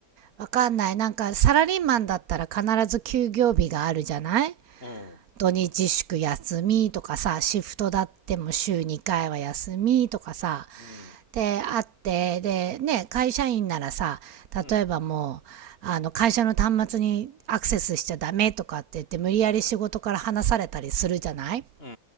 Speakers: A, on the right; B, on the left.
A: わかんない。なんかサラリーマンだったら必ず休業日があるじゃない
B: うん。
A: 土日祝休みとかさ、シフトだっても週2回は休みとかさ、
B: うん。
A: で、あって、で、ね、会社員ならさ、
B: うん。
A: 例えばもう、あの、会社の端末にアクセスしちゃダメとかって言って、無理やり仕事から離されたりするじゃない
B: うん。う